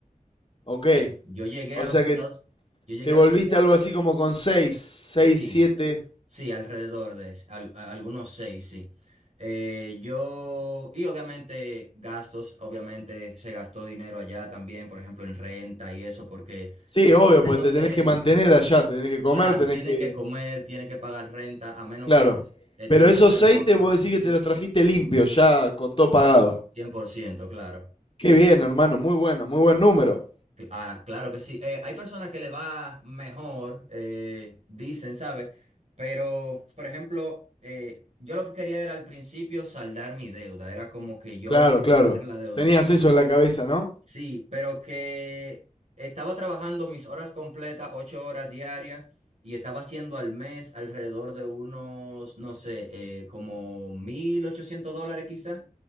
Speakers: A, on the left; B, on the right.
A: ok.
B: sea, Yo llegué
A: O
B: a los
A: sea
B: Estados,
A: que
B: yo llegué
A: te volviste
B: a los Estados,
A: algo así como con seis, seis,
B: sí,
A: siete.
B: sí, alrededor de al- a- algunos seis, sí. Eh, yo, y obviamente gastos, obviamente se gastó dinero allá también, por ejemplo, en renta y eso, porque
A: Sí,
B: hay
A: obvio,
B: lugares
A: porque
B: donde,
A: te tenés que mantener allá, te tenés que comer,
B: claro,
A: tenés
B: tienes
A: que...
B: que comer, tienes que pagar renta, a menos
A: Claro.
B: que eh,
A: Pero
B: tu lugar
A: esos
B: de
A: seis
B: trabajo
A: te
B: te
A: puedo
B: lo
A: decir
B: facilite.
A: que te los trajiste limpios, ya con todo pagado.
B: 100%, claro.
A: Qué bien, hermano, muy bueno, muy buen número.
B: Cl- Ah, claro que sí. Eh, hay personas que le va mejor, eh, dicen, ¿sabes? Pero, por ejemplo, eh, yo lo que quería era al principio saldar mi deuda. Era como que yo
A: Claro,
B: necesito
A: claro.
B: saldar la deuda.
A: Tenías eso en la cabeza, ¿no?
B: Sí, pero que estaba trabajando mis horas completas, ocho horas diarias, y estaba haciendo al mes alrededor de unos, no sé, eh, como 1.800 dólares quizás,